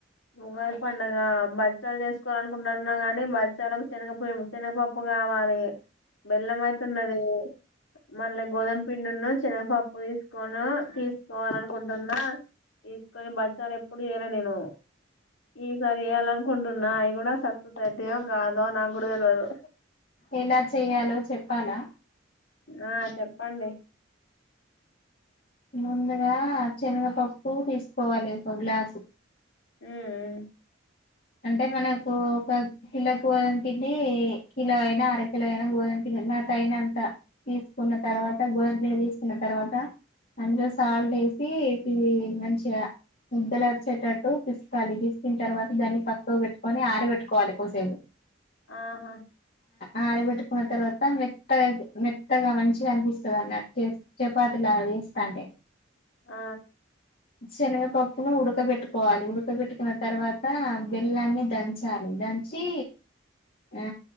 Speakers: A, on the left; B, on the left.
A: ఉగాది పండగ బచ్చాలు చేసుకోవాలినుకుంటున్నా గాని బచ్చాలకు శనగపి శనగపప్పు కావాలి బెల్లం అయితే ఉన్నది మళ్ళీ గోధుమ పిండున్న చిన్నగపప్పు తీసుకోను తీసుకోవాల అనుకుంటున్నా తీసుకొని బచ్చాలు ఎప్పుడు చేయాల నేను ఈసారి చేయాల అనుకుంటున్నా అవి కూడా సరిపోతట్టి కాదో నాకు కూడా తెలవదు
B: ఎలా చెయాలో చెప్పాలా
A: ఆహ చెప్పండి
B: ముందుగా శనగపప్పు తీసుకోవాలి ఒక గ్లాసు
A: ఉహు ఊ
B: అంటే మనకు ఒక కిలో గోధం పిండి కిలో అయినా అరకిల అయినా గోధం పిండి మనకు తగినంత తీసుకున్న తర్వాత
A: మ్మ్
B: గోధుమపిండి తి తర్వాత అందులో సాల్ట్ వేసి ఇ మంచిగా ముద్దలు వచ్చేటట్టు పిసుకాలి పిసికిన తర్వాత దాన్ని పక్కకు పెట్టుకొని ఆరు పెట్టుకోవాలి కోసేపు
A: ఆహా
B: ఆడబెట్టుకున్న తర్వాత మెత్తగా మెత్తగా మంచిగా అనిపిస్తుంది అన్నటు చపాతిలాగా చేస్తా అంటే
A: ఆ
B: శనగపప్పును ఉడకబెట్టుకోవాలి ఉడకబెట్టుకున్న తర్వాత బిల్లాన్ని దంచాలి దంచి ఆ